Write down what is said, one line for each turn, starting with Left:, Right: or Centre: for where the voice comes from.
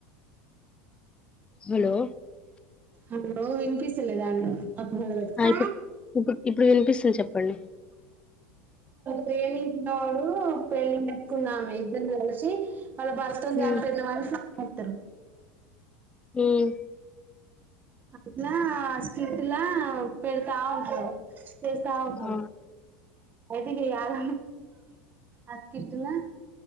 Left: హలో
Right: హలో వినిపిస్తలేదా అండి నాకు మళ్ళ పెట్టు
Left: ఆ ఇప్పుడు ఇప్పు ఇప్పుడు వినిపిస్తుంది చెప్పండి
Right: ప్రేమిత్తే నిన్ను పెళ్ళికొచ్చినామి ఇద్దరం కలిసి వాళ్ల భర్తని
Left: హ్మ్
Right: చంపేద్దామని చూ వొత్తరు
Left: హ్మ్
Right: అట్లా స్క్రిప్ట్లా పెడతా ఉంటది తెస్తా ఆగు
Left: ఆ
Right: అయితే ఈయాల అత్తింటిల